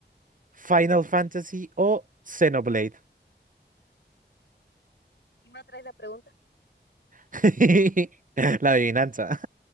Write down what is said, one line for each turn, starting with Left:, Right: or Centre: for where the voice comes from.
Right: Final Fantasy o Xenoblade.
Left: Dime otra vez la pregunta.
Right: <laughs> La adivinanza.